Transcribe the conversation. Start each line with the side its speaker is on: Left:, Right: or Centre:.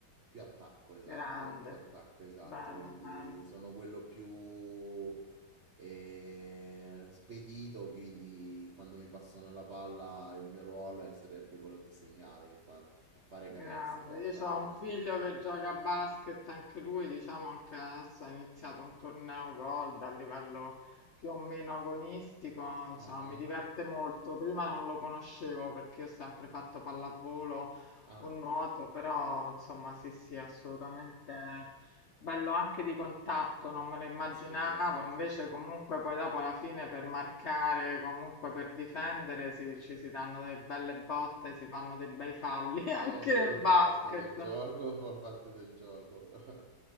Right: più attacco, esatto,
Left: Grande,
Right: più attacco, esatto,
Left: bene,
Right: quindi
Left: bene.
Right: sono quello più eh, spedito, quindi quando mi passano la palla il mio ruolo è- sarebbe quello di segnare, infatti, fare canestro,
Left: Grande, io
Right: fare
Left: ho un
Right: canestro.
Left: figlio che gioca a basket, anche lui, diciamo, anche adesso ha iniziato un torneo gold a livello più o meno agonistico, insomma,
Right: Mhm.
Left: mi diverte molto. Prima non lo conoscevo perché io ho sempre fatto pallavolo
Right: Ah,
Left: o nuoto, però insomma, sì, sì, assolutamente Bello anche di contatto, non me lo immaginavo,
Right: assolutamente.
Left: invece comunque poi dopo alla fine per marcare, comunque per difendere, si- ci si danno delle belle botte, si fanno dei bei falli
Right: Eh,
Left: <laughs> anche
Right: quello
Left: nel basket.
Right: fa parte del gioco, <laughs> fa parte del gioco. <laughs>